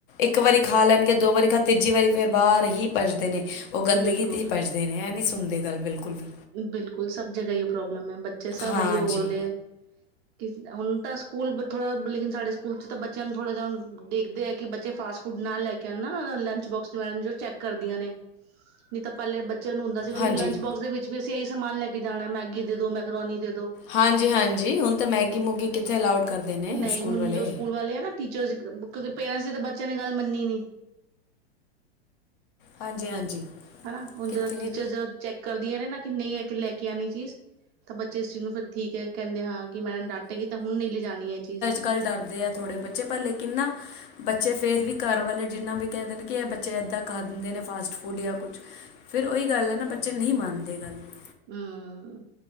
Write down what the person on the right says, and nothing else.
ਬਿਲਕੁਲ।
ਬਿਲਕੁਲ, ਸਭ ਜਗ੍ਹਾ ਇਹੀਓ ਪ੍ਰੋਬਲਮ ਐ, ਬੱਚੇ ਸਭ
ਇਹੀ, ਉਹ ਬੋਲਦੇ ਐ! ਕਿ ਹੁਣ ਤਾਂ ਸਕੂਲ ਥੋੜ੍ਹਾ, ਲੇਕਿਨ ਸਾਡੇ ਸਕੂਲ 'ਚ ਤਾਂ ਬੱਚਿਆਂ ਨੂੰ ਥੋੜਾ ਜਹਾ ਹੁ ਦੇਖਦੇ ਆ ਕਿ ਬੱਚੇ ਫਾਸਟ ਫੁਡ ਨਾਲ ਲੈ ਕੇ ਆਣਾ ਨਾ ਲੰਚ ਬੋਕਸ ਜੋ ਚੈੱਕ ਕਰਦੀਆਂ ਨੇ! ਨਹੀਂ ਤਾਂ ਪਹਿਲੇ ਬੱਚਿਆਂ ਨੂੰ ਹੁੰਦਾ ਸੀਗਾ
ਕਿ, ਲੰਚ ਬੋਕਸ ਦੇ ਵੀ ਅਸੀਂ ਇਹੀ ਸਮਾਨ ਲੈ ਕੇ ਜਾਣਾ, ਮੈਗੀ ਦੇ ਦਿਉ, ਮੈਕਰੋਨੀ ਦੇ ਦਿਉ।
ਨਈ
ਹੁਣ
ਜੋ ਸਕੂਲ ਆ ਨਾ ਟੀਚਰਸ, ਕਿਉਂਕਿ ਪੇਰੈਂਟਸ ਦੀ ਤਾਂ ਬੱਚਿਆਂ ਨੇ ਗੱਲ ਮੰਨੀ ਨਹੀਂ!
ਹਨਾ, ਹੁਣ
ਜ ਟੀਚਰ ਜ ਚੈੱਕ ਕਰਦੀਆਂ ਨੇ ਨਾ ਕਿ ਨਹੀਂ, ਹੈ ਕਿ ਲੈ ਕੇ ਆਉਣੀ ਚੀਜ਼, ਤਾਂ ਬੱਚੇ ਇਸ ਚੀਜ਼ ਨੂੰ ਫਿਰ, ਠੀਕ ਹੈ। ਕਹਿੰਦੇ ਹਾਂ। ਕਿ ਮੈਮ ਡਾਟੇਗੀ, ਤਾਂ ਹੁਣ ਨਹੀਂ ਲਿਜਾਣੀ ਇਹ ਚੀਜ਼।
ਹਮ।